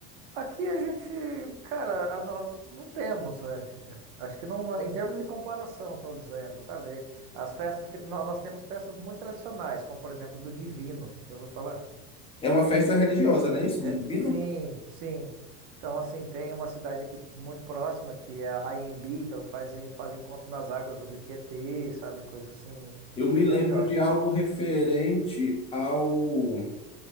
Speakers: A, on the right; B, on the left.
A: Aqui a gente, cara, a no- não temos, é. é. Acho que não, em termos de comparação, estou dizendo, sabe? As festas que nó- nós temos festas muito tradicionais, como por exemplo do Divino, já ouviu falar?
B: É uma festa religiosa, não é isso,
A: Re-
B: do Divino?
A: Sim, sim. Então, assim, tem uma cidade aqui muito próxima que é a Anhembi, então fazem, fazem encontro nas águas do Rio Tietê, sabe? Coisa assim,
B: Eu me
A: bem
B: lembro
A: grandiosa.
B: de algo referente ao.